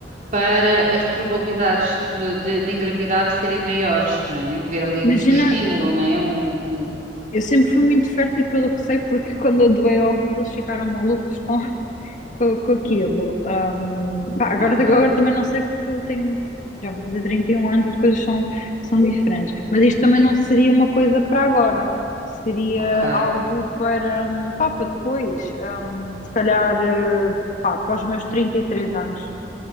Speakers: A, on the right; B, on the left.
A: Para as probabilidades de, de- de engravidar serem maiores, né? Ver ali
B: Imagina
A: um estímulo, né? Um, um-
B: Eu sempre fui muito fértil, pelo que sei, porque quando eu doei ovos eles ficaram malucos com, <laughs> com, com aquilo. Ahm, pá, agora,
A: Ok,
B: agora também não sei porque eu tenho, já vou fazer 31 anos, as coisas são, são diferentes. Mas isto também não seria uma coisa para agora, seria
A: ok.
B: algo para, hum, pá, para depois, Ahm, se calhar, eh, pá, para os meus 33 anos.